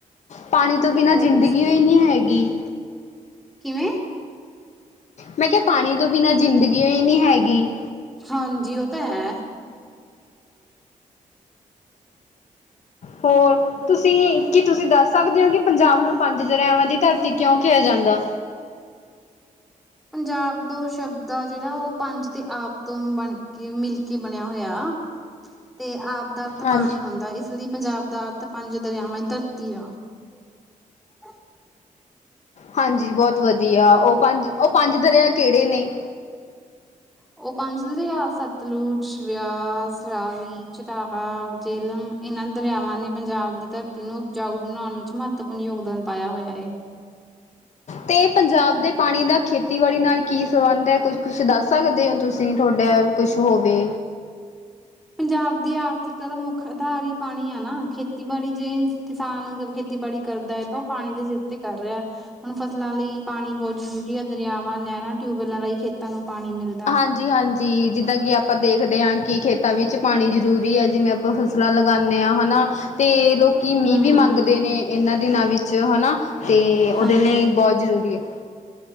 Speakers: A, on the left; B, in the centre.
A: ਪਾਣੀ ਤੋਂ ਬਿਨਾਂ
B: ਹੋਰ
A: ਜ਼ਿੰਦਗੀਉਹ
B: ਦੱਸੋ
A: ਹੀ ਨਹੀਂ ਹੈਗੀ।
B: ਕਿਵੇਂ
A: ਮੈਂ ਕਿਹਾ ਪਾਣੀ ਤੋਂ ਬਿਨਾਂ ਜ਼ਿੰਦਗੀਔ ਹੀ ਨਹੀਂ ਹੈਗੀ।
B: ਹਾਂਜੀ ਉਹ ਤਾਂ ਹੈ।
A: ਹੋਰ ਤੁਸੀਂ ਕੀ ਤੁਸੀਂ ਦੱਸ ਸਕਦੇ ਹੋ, ਕਿ ਪੰਜਾਬ ਨੂੰ ਪੰਜ ਦਰਿਆਵਾਂ ਦੀ ਧਰਤੀ ਕਿਉਂ ਕਿਹਾ ਜਾਂਦਾ।
B: ਪੰਜਾਬ ਦੋ ਸ਼ਬਦ ਆ ਜਿਹੜਾ, ਉਹ ਪੰਜ ਤੇ ਆਪ ਤੋਂ ਬਣਕੇ ਮਿਲ ਕੇ ਬਣਿਆ ਹੋਇਆ। ਤੇ ਆਪ ਦਾ ਅਰਥ
A: ਹਾਂਜੀ
B: ਪਾਣੀ ਹੁੰਦਾ ਇਸ ਲਈ ਪੰਜਾਬ ਦਾ ਅਰਥ ਪੰਜ ਦਰਿਆਵਾਂ ਦੀ ਧਰਤੀ ਆ। <inaudible>
A: ਹਾਂਜੀ ਬਹੁਤ ਵਧੀਆ, ਉਹ ਪੰਜ ਉਹ ਪੰਜ ਦਰਿਆ ਕਿਹੜੇ ਨੇ
B: ਉਹ ਪੰਜ ਦਰਿਹਾ ਸਤਲੁਜ, ਵਿਆਸ, ਰਾਹੀ। ਤਾਹਾ, ਜੇਲਮ ਇਹਨਾਂ ਦਰਿਆਵਾਂ ਨੇ ਪੰਜਾਬ ਦੀ ਧਰਤੀ ਨੂੰ ਉਪਜਾਊ ਬਣਾਉਣ ਵਿੱਚ ਮਹੱਤ ਯੋਗਦਾਨ ਪਾਇਆ ਹੋਇਆ ਏ।
A: ਤੇ ਪੰਜਾਬ ਦੇ ਪਾਣੀ ਦਾ ਖੇਤੀਬਾੜੀ ਨਾਲ ਕੀ ਸੰਬੰਧ ਹੈ। ਕੁਝ, ਕੁਛ ਦੱਸ ਸਕਦੇ ਹੋ ਤੁਸੀਂ ਤੁਹਾਡੇ ਕੁਛ ਹੋਵੇ
B: ਪੰਜਾਬ ਦੀ ਆਰਥਿਕਤਾ ਦਾ ਮੁੱਖ ਆਧਾਰ ਹੀ ਪਾਣੀ ਆ ਨਾ। ਖੇਤੀਬਾੜੀ ਜੇ ਕਿਸਾਨ ਖੇਤੀਬਾੜੀ ਕਰਦਾ ਹੈ, ਉਹ ਪਾਣੀ ਦੇ ਸਿਰ ਤੇ ਕਰ ਰਿਹਾ ਹੁਣ ਫਸਲਾਂ ਲਈ ਪਾਣੀ ਬਹੁਤ ਜ਼ਰੂਰੀ ਹੈ ਦਰਿਆਵਾਂ, ਨਹਿਰਾਂ, ਟਿਊਬਵੈਲਾਂ ਰਾਹੀਂ ਖੇਤਾਂ ਨੂੰ ਪਾਣੀ ਮਿਲਦਾ।
A: ਹਾਂਜੀ ਹਾਂਜੀ ਜਿੱਦਾਂ ਕਿ ਆਪਾਂ ਦੇਖਦੇ ਹਾਂ ਕਿ ਖੇਤਾਂ ਵਿੱਚ ਪਾਣੀ ਜ਼ਰੂਰੀ ਹੈ ਜਿਵੇਂ ਆਪਾਂ ਫਸਲਾਂ ਲਗਾਉਂਦੇ ਹਾਂ ਹਨਾ ਤੇ ਲੋਕ ਕਿ ਮੀਂਹ
B: ਹੂੰ ਹੂੰ
A: ਵੀ ਮੰਗਦੇ ਨੇ ਇਹਨਾਂ ਦਿਨਾਂ ਵਿੱਚ ਹਨਾ ਤੇ ਉਹਦੇ
B: ਹਾਂਜੀ
A: ਲਈ ਬਹੁਤ ਜ਼ਰੂਰੀ ਹੈ